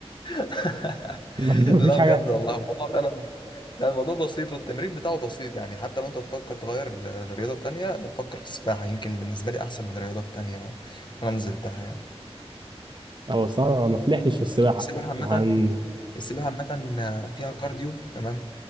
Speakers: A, on the left; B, on the right.
A: <laughs>
B: <laughs> مفيش
A: لا بجد
B: حاجه
A: والله الموضوع فعلا لا الموضوع بسيط والتمرين بتاعه بسيط يعني حتى لو انت تفكر تغير ل- لرياضة تانية فكر في السباحة يمكن بالنسبة لي أحسن من رياضات تانية أنا نزلتها يعني
B: هو الصراحه ما فلحتش في السباحه
A: السباحة عامة
B: هنقول
A: السباحة عامة آه، فيها كارديو تمام